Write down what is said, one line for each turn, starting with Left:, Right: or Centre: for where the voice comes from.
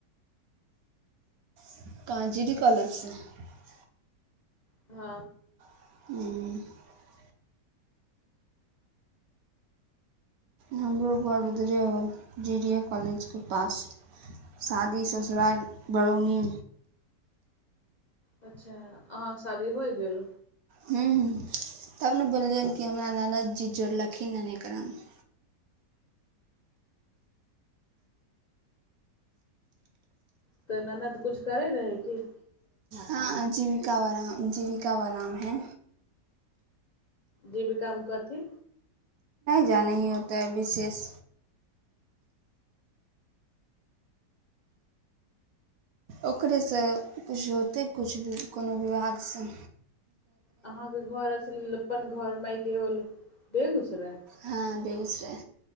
Right: <unintelligible>
Left: हँ।
Right: ह <inaudible> हमरो घर उधरे आ जी ी ए कॉलेजके पास शादी ससुराल बरौनी।
Left: अच्छा। अहाँके शादी होइ गेल।
Right: हूँ तब ने बोललियनि कि हमरा ननद जी जोड़लखिन एने एकरामे।
Left: त मै नहि। कुछु करै रहै की।
Right: हँ जीविका वाम जीविका वाराम है।
Left: जबी काम कथि।
Right: जाही होताै विशेष। ओकरेसे किछु होतै किछु भी कोनो विभाग से।
Left: अहाँके घर से। अपन घर मके होल बेेगू। रह।
Right: हँ बेगूसराय